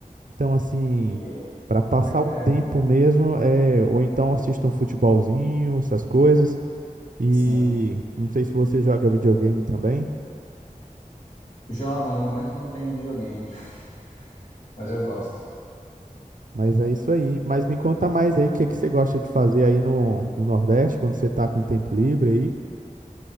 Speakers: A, on the right; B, on the left.
A: Então, assim,
B: E,
A: para passar
B: é,
A: o tempo mesmo, é, ou então assiste um futebolzinho, essas coisas. E
B: sim.
A: não sei se você joga videogame também,
B: Jogam, no momento não tenho videogame, <laughs> mas eu gosto.
A: mas é isso aí. Mas me conta mais aí o que que você gosta de fazer aí no, no Nordeste, quando você tá com tempo livre aí.